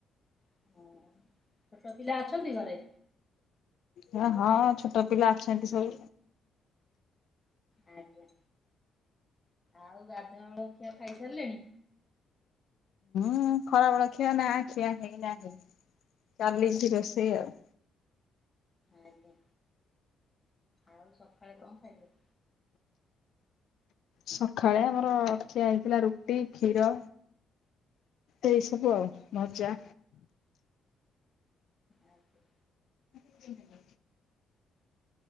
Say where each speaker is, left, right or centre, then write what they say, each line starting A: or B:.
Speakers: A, on the left (about 25°); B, on the left (about 70°).
A: ହଁ। ଛୋଟ ପିଲା ଅଛନ୍ତି ଘରେ?
B: ୟେ ହଁ ଛୋଟ ପିଲା ଅଛନ୍ତି ସବୁ।
A: ଆଜ୍ଞା ଆଉ ଗାଧୁଆ ବେଳ ଖିଆ ଖାଇ ସାରିଲେଣି?
B: ହୁଁ ଖରା ବେଳ ଖିଆ ନା ଖିଆ ହେଇନାହିଁ ଚାଲିଛି ରୋଷେଇ ଆଉ।
A: ଆଜ୍ଞା। ଆଉ ସକାଳେ କଣ ଖାଇଲ?
B: ସଖାଳେ ଆମର ଖିଆ ହେଇଥିଲା ରୁଟି, କ୍ଷୀର। ଏଇ ସବୁ ଆଉ ଭଜା।
A: ଆଜ୍ଞା।
B: ହୁଁ।